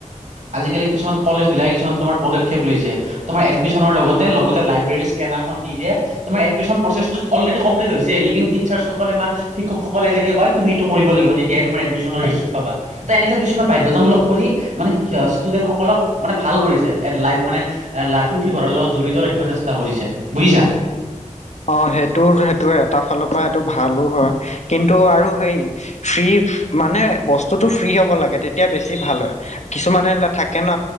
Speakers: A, on the right; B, on the left.
A: আজিকালি কিছুমান কলেজ বিলাকে কিছুমান তোমাৰ পদক্ষেপ লৈছে তোমাৰ এডমিশ্যনৰ লগতে, লগতে লাইব্ৰেৰী স্কেনাৰ খন দি দিয়ে। তোমাৰ এডমিশ্যন প্ৰচেছটো অলৰেডি কমপ্লিট হৈছে লেকিন টিচাৰ্চসকলে আমাৰ শিক্ষকসকলে এনেকে কয় তুমি এইটো কৰিব লাগিব, তেতিয়াহে তোমাৰ এডমিশ্যন ৰিচিপ পাবা। ত' এনেকা কিছুমান বাধ্যতামূলক কৰি মানে সি ষ্টুডেণ্টসকলক মানে ভাল কৰিছে এত লাইফ মানে এ লা পুথিভঁৰালৰ লগত জড়িত ৰাখিব চেষ্টা কৰিছে বুজিছা?
B: অ সেইটো সেইটোৱে এটা ফালৰ পৰা সেইটো ভালো হয়। কিন্তু আৰু সেই ফ্ৰী মানে বস্তুটো ফ্ৰী হ'ব লাগে তেতিয়া বেছি ভাল হয়। কিছুমানে এইবিলাক থাকে ন,